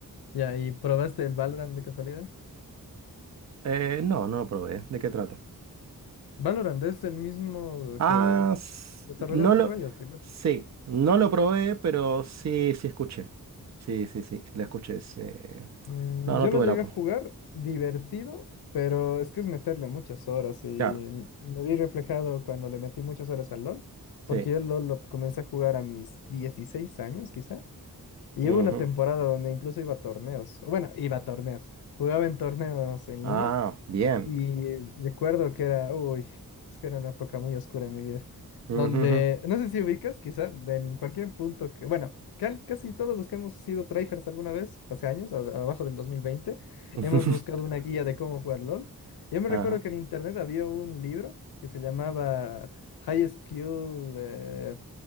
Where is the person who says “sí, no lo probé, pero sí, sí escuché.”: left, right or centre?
Right